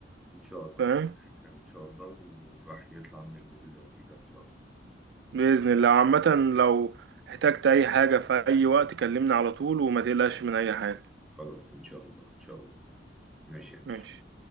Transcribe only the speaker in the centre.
ان شاء الله
ربنا يكرم ان شاء الله والواحد يطلع من المود اللي هو فيه ده ان شاء الله
خلاص ان شاء الله ان شاء الله ماشي يا باشا